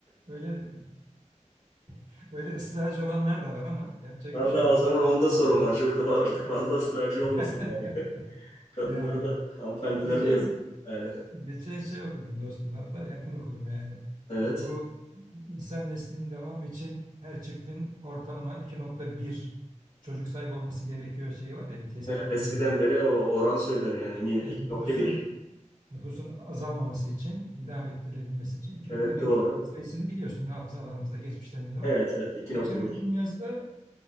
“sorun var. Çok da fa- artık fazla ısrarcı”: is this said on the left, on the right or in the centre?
Left